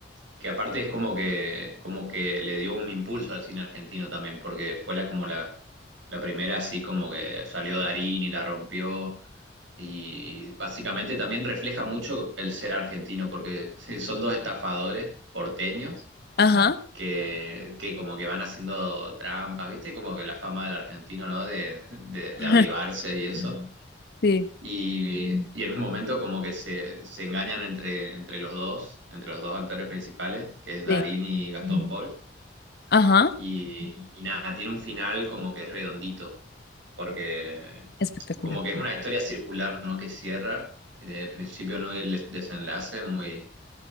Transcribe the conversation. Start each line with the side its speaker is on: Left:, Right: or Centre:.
Right: que aparte es como que, como que le dio un impulso al cine argentino también, porque fue la, como la, la primera así como que salió Darín y la rompió. Y básicamente también refleja mucho el ser argentino, porque <laughs> son dos estafadores porteños
Left: Ajá.
Right: que, que como que van haciendo trampas, ¿viste? Como que la fama del argentino, ¿no? De, de, de
Left: <laughs>
Right: avivarse y eso.
Left: Sí,
Right: Y, y en un momento como que se, se engañan entre, entre los dos, entre los dos actores principales, que es Darín
Left: sí.
Right: y Gastón Paul.
Left: Ajá.
Right: Y, y nada, tiene un final como que es redondito, porque
Left: Espectacular.
Right: como que es una historia circular, ¿no? Que cierra, de principio no el desenlace, muy,